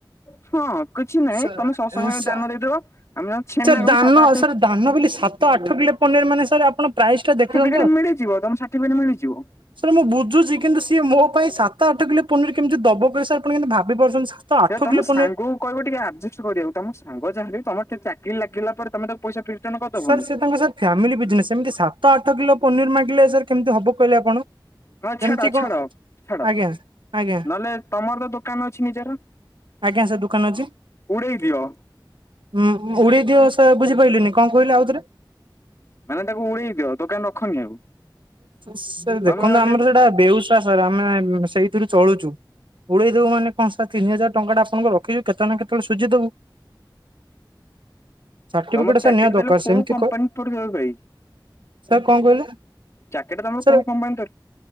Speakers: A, on the left (about 35°); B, on the right (about 80°).
A: ହଁ କିଛି ନାହିଁ
B: ସାର
A: ତମେ ସତ୍ସଙ୍ଗରେ
B: ସା
A: ଦାନ ଦେଇଦବ ଆମେ ଯ ଛେନାକୁ
B: ସାର୍ ଦାନ
A: ବି ସାତ ଆଠ
B: ସାର୍ ଦାନ ବୋଲି ସାତ ତ ଆଠ କିଲୋ ପନିର ମାନେ ସାର୍ ଆପଣ ପ୍ରାଇସ୍ ଟା ଦେଖି ଦିଅନ୍ତୁ।
A: ସେଇଟା ମିଳିଯିବ ତମ ସାର୍ଟିଫିକଟ ମିଳିଯିବ।
B: ସାର୍ ମୁଁ ବୁଝୁଛି କିନ୍ତୁ ସିଏ ମୋ ପାଇଁ ସାତ ଆଠ କିଲୋ ପନିର କେମିତି ଦବ କହିଲେ ସାର୍ ଆପଣ କେମିତି ଭାବି ପାରୁଛନ୍ତି। ସାତ ଆଠ
A: ସେ ତମ
B: କିଲୋ
A: ସାଙ୍ଗକୁ
B: ପନିର
A: କହିବ ଟିକେ ଆଡଜଷ୍ଟ କରିବାକୁ ତମ ସାଙ୍ଗ ଯାହାଲେ ତମ ଟିକେ ଚାକିରି ଲାଗିଗଲା ପରେ ତମେ ତାକୁ ପଇସା ରିଟର୍ଣ କରିଦବନି
B: ସାର୍ ସେ ତାଙ୍କ ସାର୍। ଫ୍ୟାମିଲି ବିଜନେସ୍ ସେମିତି ସାତ ଆଠ କିଲୋ ପନିର ମାଗିଲେ ସାର୍ କେମିତି ହବ କହିଲେ ଆପଣ।
A: ହଁ
B: ଏମିତି
A: ଛାଡ
B: କଣ
A: ଛାଡ ଛାଡ
B: ଆଜ୍ଞା ଆଜ୍ଞା
A: ନହେଲେ ତମର ତ ଦୋକାନ ଅଛି ନିଜର।
B: ଆଜ୍ଞା ସାର୍ ଦୋକାନ ଅଛି,
A: ଉଡେଇ ଦିଅ।
B: ଉଁ ଉଡେଇ ଦିଅ ସାର୍ ବୁଝିପାରିଲନି। କଣ କହିଲୁ ଆଉଥରେ?
A: ମାନେ ତାକୁ ଉଡେଇ ଦିଅ ଦୋକାନ ରଖନି ଆଉ।
B: ସେ ଦେଖନ୍ତୁ
A: ତମେ ଗୋଟେ
B: ଆମର ସେଟା ବେଉସା ସାର୍ ଆମେ ସେଇଥିରୁ ଚଳୁଛୁ। ଉଡେଇବୁ ମାନ କଣ ସାର୍ ତିନି ହଜାର ଟଙ୍କା ଆପଣଙ୍କ ରଖିଚୁ କେତେ ନା କେତେବେଳେ ସୁଝି ଦେବୁ। ସାର୍ଟିଫିକେଟ୍
A: ତମ ଚାକିରି
B: ସାର୍ ନିହାତି
A: ଦେଲେ
B: ଦରକାର
A: କୋଉ
B: ସେମିତି
A: କମ୍ପାନୀ
B: କହି
A: ପଡିବ ଭାଇ
B: ସାର୍ କଣ କହିଲେ?
A: ଚାକିରିଟା ତମର
B: ସାର୍
A: କୋଉ କମ୍ ପାଇଁନ ତର